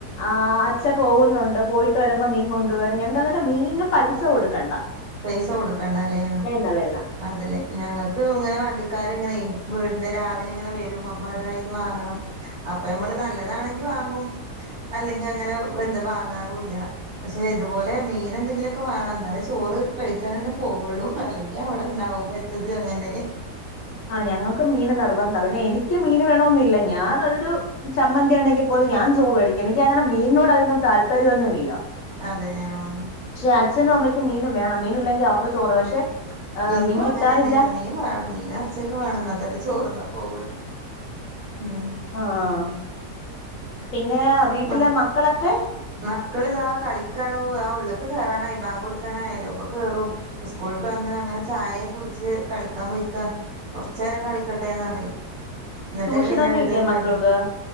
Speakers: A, on the left; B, on the right.
A: ആഹ് ച്ച പോകുന്നുണ്ട് പോയിട്ട് വരുമ്പോ മീൻ കൊണ്ടു വരും ഞങ്ങക്കങ്ങനെ മീനിന് പൈസ കൊടുക്കണ്ട.
B: പൈസ കൊടുക്കണ്ടെലെയാ ആഹ്.
A: വേണ്ട വേണ്ട
B: അതല്ലേ ഞങ്ങക്ക് ഇങ്ങനെ വണ്ടിക്കാരിങ്ങനെയേ വീടിന്റെ രാവിലെ ഇങ്ങനെ വരും അപ്പൊ അവരുടെ കയ്യീന്ന് വാങ്ങണം. അപ്പൊ നമ്മള് നല്ലതാണെങ്കി വാങ്ങും അല്ലെങ്കി അങ്ങനെ എന്താ വാങ്ങാറൂല്ല. പക്ഷെ ഇതുപോലെ മീനെന്തെങ്കിലുവൊക്കെ വേണം എന്നാലെ ചോറ് കഴിച്ചാലിട്ട പോവുള്ളൂ അല്ലെങ്കി അവിടെണ്ടാവും വെച്ചത് അങ്ങനന്നെ
A: ആഹ് ഞങ്ങൾക്ക് മീന് നിർബന്താ പിന്നെ എനിക്ക് മീന് വേണൊന്നില്ല ഞാാനൊരു.. ചമ്മന്തി ഒണ്ടെങ്കി പോലും ഞാൻ ചോറ് കഴിക്കും. എനിക്ക് അങ്ങനെ മീനിനോടധികം താൽപര്യൊന്നുവില്ല.
B: അതന്നെ ആഹ്
A: പക്ഷെ അച്ഛനും അമ്മയ്ക്ക് മീനും വേണം മീന ഇല്ലെങ്കിൽ അവർക്ക് ച്ചോറും പക്ഷെ ആഹ്
B: ഇൻക്കും
A: മീൻ കിട്ടാനില്ല
B: അങ്ങനെന്നെണ് മീൻ വേണം മീനും എർച്ചി ഒക്കെ വേണം ന്നാ തന്നെ ചോർന്നാ പോവള്ളൂ മ്
A: ആഹ് പിന്നെ വീട്ടിലെ
B: മ
A: മക്കളൊക്കെ
B: മക്കള് ഇതാ കളിക്കാണൂ അതാ ഉള്ള്ക്ക് ക്കെറാനായി ബാങ്ക് കൊടുക്കാനായാലോ ഇപ്പൊ കേറും സ്കൂൾട്ട് വന്ന അങ്ങനെ ചായെ കുടിച്ച് കളിക്കാൻ പോയിക്കാ കൊർച്ചേരം കളിക്കട്ടെന്ന് പറിം ഇന്നിട്ടേ
A: ട്യൂഷനൊന്നും
B: പിന്നെ എഴുതലും
A: ഇല്ലേ
B: പടിക്കലും
A: മക്കൾക്ക്